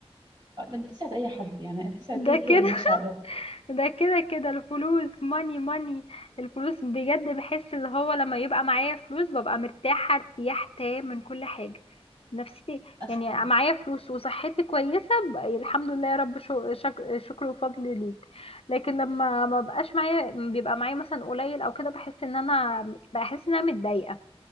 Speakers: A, on the right; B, on the left.
A: آه، ده بتسعد أي حد يعني بتسعد
B: ده
A: أي كائن
B: كده
A: ماشي
B: <laughs>
A: على الأرض
B: ده كده كده الفلوس ماني ماني الفلوس بجد بحس اللي هو لما يبقى معايا فلوس ببقى مرتاحه ارتياح تام من كل حاجه نفسيتي
A: أصلا
B: يعني أبقى معايا فلوس وصحتي كويسه بقى الحمد لله يا رب شو- شك- شكر وفضل ليك لكن لما ما بقاش معايا بيبقى معايا مثلا قليل او كده بحس ان انا بحس ان انا متضايقه